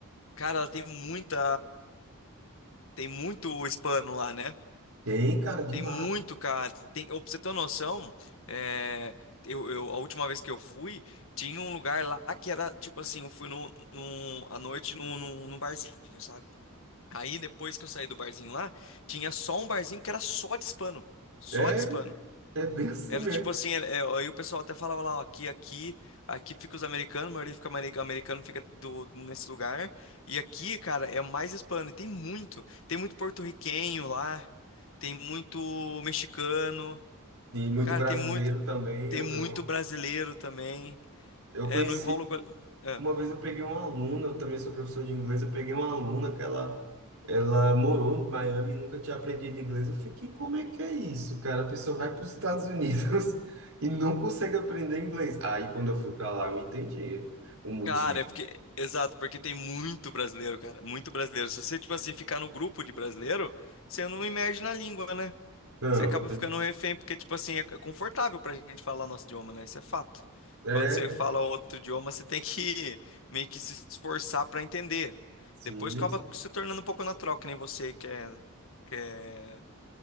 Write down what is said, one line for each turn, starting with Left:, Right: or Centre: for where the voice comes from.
Left: cara, ela tem muita, tem muito hispano lá, né?
Right: Tem, cara, demais.
Left: Tem muito, cara. Tem, ô, pra você ter uma noção, é, eu, eu- a última vez que eu fui, tinha um lugar lá que era tipo assim: eu fui num, num, à noite num, num, num barzinho, sabe? Aí depois que eu saí do barzinho lá, tinha só um barzinho que era só de hispano. Só
Right: É,
Left: de hispano.
Right: É bem assim
Left: Era
Right: mesmo.
Left: tipo assim, era- é, aí o pessoal até falava lá, ó, aqui, aqui, aqui fica os americanos, a maioria fica americano, americano fica do, nesse lugar. E aqui, cara, é mais hispano. E tem muito, tem muito porto-riquenho lá, tem muito mexicano,
Right: E muito
Left: cara,
Right: brasileiro
Left: tem muito,
Right: também.
Left: tem
Right: Eu,
Left: muito
Right: eu,
Left: brasileiro também.
Right: eu
Left: É,
Right: conheci.
Left: não envolve. É.
Right: Uma vez eu peguei uma aluna, eu também sou professor de inglês. Eu peguei uma aluna que ela, ela morou em Miami e nunca tinha aprendido inglês. Eu fiquei, como é que é isso, cara? A pessoa vai para os Estados Unidos <laughs> e não consegue aprender inglês. Aí quando eu fui para lá, eu entendi o motivo.
Left: Cara, é porque. Exato, porque tem muito brasileiro, cara. Muito brasileiro. Se você, tipo assim, ficar no grupo de brasileiro, você não imerge na língua, né?
Right: Não,
Left: Você acaba ficando um refém, porque, tipo assim, é é confortável pra gente falar nosso idioma, né? Isso é fato.
Right: é,
Left: Quando você fala outro idioma, você tem que <laughs> meio que se esforçar pra entender.
Right: sim,
Left: Depois acaba se tornando um pouco natural, que nem você que é, que é...